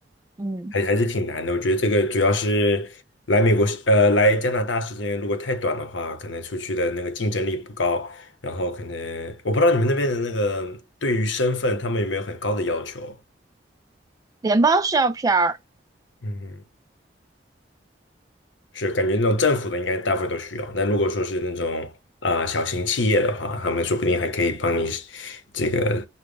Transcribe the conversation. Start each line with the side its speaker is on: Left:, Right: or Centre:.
Right: 嗯，
Left: 还还是挺难的。我觉得这个主要是来美国时，呃，来加拿大时间如果太短的话，可能出去的那个竞争力不高。然后可能我不知道你们那边的那个对于身份，他们有没有很高的要求？
Right: 联邦是要 PR。
Left: 嗯，是感觉那种政府的应该大部分都需要。那如果说是那种啊、呃小型企业的话，他们说不定还可以帮你这个